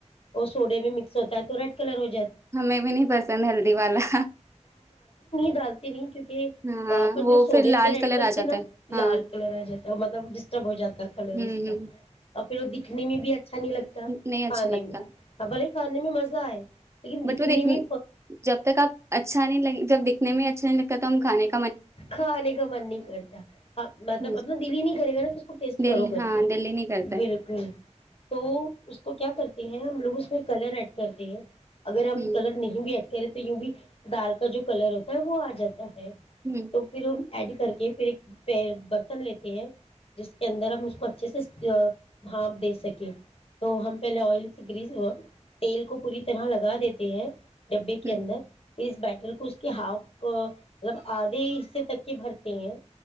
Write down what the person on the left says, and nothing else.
اور سوڈے میں مکس ہوتا ہے تو را کلر
ڈالتی نہیں کیونکہ کہ
اپن
جو سوڈے
وغیرہ ایڈ
کرتے
ہیں نا
لال
کلر آ جاتا ہے مطلب ڈسٹرب ہو جا ہے کلر
اس کا اور پھر وہ دکھنے میں بھی اچھ اچھا نہیں لگتا
کھانے
میں ہ بھلے کھانے میں مزہ آئے لیکن
دکھنے
میں
کھانے کا من نہیں کرتا
مطلب اپنا دل ہی نہیں کرے گا نا اس ٹیسٹ
کرو کر
کے
بالکل تو اس کو کیا کرتے ہیں ہم لوگ اس میں کلر ایڈ کرتے ہیں اگر
ہم
کلر نہیں بھی کہ رہے تو یوں بھی دال کا جو کلر ہوتا ہے وہ آ جاتا ہے
تو پھر ایڈ کر کے پھر ایک برتن لیتے ہیں جس کے اندر ہم اس کو اچھے سے بھانپ دے سکیں تو ہم پہلے آئل سے گری تیل کو پوری طرح لگا دیتے ہیں ڈبے کے
اندر ھر اس بیٹل کو اس کے ہاف کو مطلب حصے تک کی بھرتی ہیں